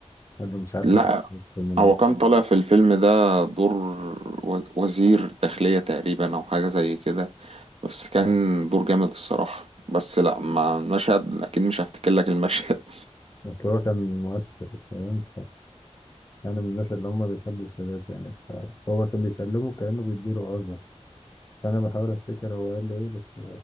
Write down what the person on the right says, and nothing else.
لا
هو كان طالع في الفيلم ده دور و- وزير داخلية تقريبا او حاجة زي كده بس كان دور جامد الصراحة بس لا مع المشهد اكيد مش هفتكر لك المشهد